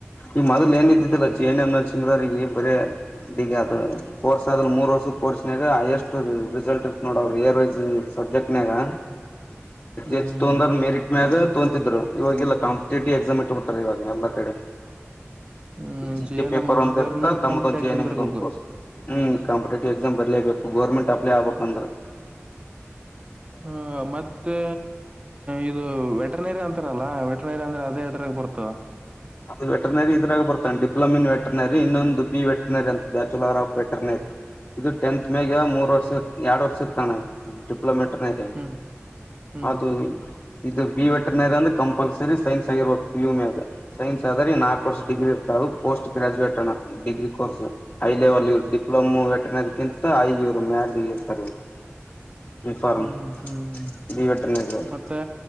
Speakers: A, on the left; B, on the right.
A: ಈ ಮೊದ್ಲು ಏನ ಇದಿದ್ದಿಲ್ಲ ಚಿ ಏನ್ಮನ ಚಂಗದ್ರ ಈಗ ಬರ ದಗ ಅದು ಕೋರ್ಸ್ ಆದ್ರಲ್ ಮೂರ್ ವರ್ಷದ ಕೋರ್ಸ್ನ ಹೈಯೆಸ್ಟ್ ರಿಸಲ್ಟ್ ಇತ ನೋಡ ಅವರು ಏರ್ ವೈಸ್ ಸಬ್ಜೆಕ್ಟ್ನ್ಯಾಗ
B: ಹ್ಮ್
A: ಅೆ
B: ಹ್ಮ್
A: ತೊಂದ್ರ ಮೆರಿಟ್ ಮ ಆಗ ಂತಿದರು ಇವಲ್ಲ ಕಂಪಿಟೇಟಿವ್ ಎಕ್ಸಾಮ ಇವಾಗ ಎಲ್ಲ ಕಡೆ
B: ಹ್ಮ್
A: G
B: J
A: K
B: N
A: paper
B: M ಮುಗಿಸಿದರ್ನು
A: ಒಂದ್ ಇರ್ತ ತಮ್ಮ್ದ
B: ಕಾಂಪಿಟೇಟಿವ್
A: ಒಂದು ಜಿ
B: ಎಕ್ಸಾಮ್
A: ಎನ್ಂಗಂದು
B: ಬರಿಬೇಕು
A: ಕೋರ್ಸ್ ಹ್ಮ ಪಪಟೇಟಿವ್ ಎಕ್ಸಾಮ್ ಬರಲೇಬೇಕು ಗೌರ್ಮೆಂಟ್ ಅಪ್ಲೈ ಆಗ್ಬೇಕಂದ್ರೆ
B: ಹ ಮತ್ತೆ ಇದು ವೆಟನರಿ ಅಂತಾರ ಅಲ್ಲಾ ವೆಟನರಿ ಅಂದ್ರೆ ಅದೇ ಹರಕ್ಕೆ ಬರ್ತಾವ
A: ಅದು ವೆಟರ್ನರಿ ಇದ್ರಾಗ ಬರ್ತಾನೆ ಡಿಪ್ಲೊಮಿ ಇನ್ ವೆಟರ್ನರಿ ಇನ್ನೊಂದು ಬಿ ವೆಟರ್ನರಿ ಅಂತ ಬ್ಯಾಚುಲರ್ ಆಫ್ ವೆಟರ್ನರಿ ಇದು ಟೆಂತ್ ಮೇಾಗ ಮೂರ್ ವರ್ಷ ಎರಡ್ ವರ್ಷ ಇರ್ತಾನೆ ಕಲೋಮೀಟರ್ನದೆ
B: ಹ್ಮ್ ಹ್ಮ್
A: ಅದು ಇದು ಬಿ ವೆಟನರಿ ಅಂದೆ ಕಂಪಲ್ಸರಿ ಸೈನ್ಸ್ ಆಗಿರ್ಬು ಪುಮಿಾಗ ಸೈನ್ಸ್ ಆದರೆ ನಾಲ್ಕು ಕೋರ್ಸ್ ಡಿಗ್ರಿ ಇರ್ತಾರ ಪೋಸ್ಟ್ ಗ್ರಾಜುಯೇಟ್ ಡಿಗ್ರಿ ಕೋರ್ಸ್ ೈ ಲೆವೆಲ್ ಇವ್ ಡಿಪ್ಲೊಮೋ ವೆಟನರಿ ಕಿಂತ ಇವ್ರು ಮ್ಯಾಲ ಇರ್ತಾರೆ ಇವ್ರು ಬಿ ಫಾರ್ಮ್.
B: ಹ್ಮ್ ಹ್ಮ್
A: ಬಿ ವೆಟನರಿ ಅವರು
B: ಮತ್ತೆ